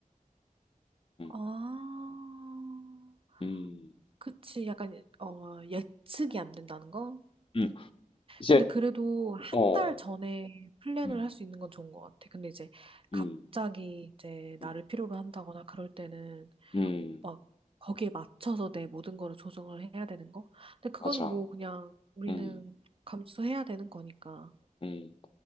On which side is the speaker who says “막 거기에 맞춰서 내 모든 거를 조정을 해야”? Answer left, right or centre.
Right